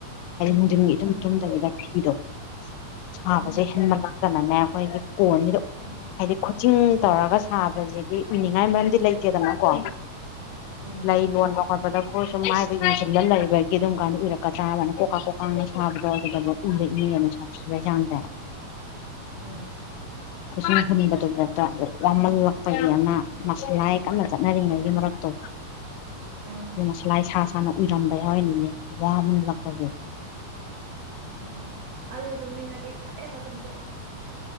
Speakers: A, on the right; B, on the left.
A: ꯎꯝ
B: ꯍꯥꯏꯗꯤ ꯅꯨꯡꯊꯤꯒꯥ ꯏꯇꯨꯝ
A: ꯎꯝ
B: ꯇꯨꯝꯗꯕꯤꯗ ꯐꯤꯗꫭ ꯁꯥꯕꯁꯦ
A: ꯎꯝ
B: ꯍꯦꯟꯕꯂꯥꯛꯛꯇꯅꯅꯦ ꯑꯩꯈꯣꯏꯒꯤ ꯀꯣꯟꯁꯤꯗ
A: ꯎꯝ
B: ꯍꯥꯏꯗꯤ ꯈꯨꯠ ꯆꯤꯡ ꯇꯧꯔꯒ ꯁꯥꯕꯁꯤꯗꯤ ꯎꯏꯅꯤꯡꯉꯥꯏ ꯃꯔꯝꯗꯤ ꯂꯩꯇꯦꯗꯅꯀꯣ
A: ꯎꯝ
B: ꯂꯩ ꯂꫭꯟꯕꯥ ꯈꯣꯠꯄꯗꯕꯨꯣꯏ ꯁꯨꯝ ꯃꯥꯏꯗ ꯌꯦꯡꯁꯤꯜꯂ ꯂꯩꯕꯒꯤ ꯑꯗꯨꯝ ꯀꯥꯏꯅ ꯎꯔꯛꯀꯗ꯭ꯔꯥ ꯍꯥꯏꯕꯩ ꯌꯥꯅꯤ ꯀꯣꯀꯥ ꯀꯣꯛꯀꯥꯅ ꯁꯥꯕꯗꯣ ꯑꯗꯨꯗꯐꯥꯎ ꯎꯔꯛꯏꯅ°ꯕꯥ ꯁꯥꯊꯤꯕꯩ ꯆꯥꯡꯁ°
A: ꯎꯝ
B: <inaudible> ꯍꯨꯟꯕꯗꯨ ꯐꯥꯎꯇ ꯋꯥꯝꯃꯜꯂꯛ ꯇꯅ° ꯃꯁꯂꯥꯏ ꯀꯟꯅ ꯆꯠꯅꯔꯤꯉꯩꯒꯤ ꯃꯔꯛꯇꯣ
A: ꯎꯝ
B: <inaudible> ꯃꯁꯂꯥꯏ ꯁꯥ ꯁꯅ ꯎꯔꯝꯕ ꯀꯥ ꯌꯥꯎꯔꯤꯅꯤꯅ° ꯋꯥꯕ ꯍ°ꯜꯔꯛꯄꯒꯤ
A: ꯎꯝ ꯑꯩꯗꯤ ꯇꯨꯝꯅꯤꯡꯉꯗꯤ ꯐꯠ ꯍ°ꯛꯇꯥ ꯇꯨꯝ ꯊꯣꯛꯑꯦ